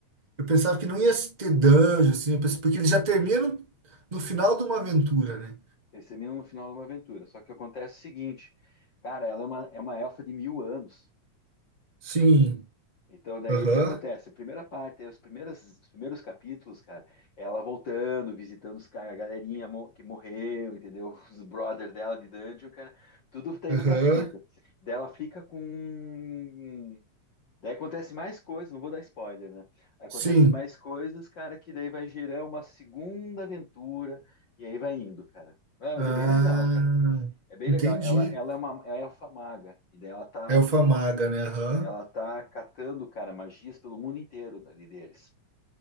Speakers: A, on the right (about 20°); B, on the left (about 45°).
A: Eu pensava que não ia ter dungeon, assim, eu pensei- porque eles já terminam no final de uma aventura, né?
B: Esse é no final de uma aventura. Só que acontece o seguinte, cara, ela é uma, é uma elfa de mil anos.
A: Sim.
B: Então, daí
A: Aham.
B: o que acontece? A primeira parte, os primeiros, os primeiros capítulos, cara, ela voltando, visitando os caras, a galerinha mo- que morreu, entendeu? <laughs> Os brother dela de dungeon, cara, tudo tá
A: Aham.
B: indo pra fita. Daí ela fica com. Daí acontece mais coisas, não vou dar spoiler, né? Aí acontece
A: Sim.
B: mais coisas, cara, que daí vai gerar uma segunda aventura, e aí vai indo, cara. Ah,
A: Ah,
B: mas é bem legal, cara. É bem
A: entendi.
B: legal. Ela, ela é uma ela é elfa maga, e daí ela tá
A: Elfa Maga, né? Aham.
B: ela tá catando, cara, magias pelo mundo inteiro ali deles.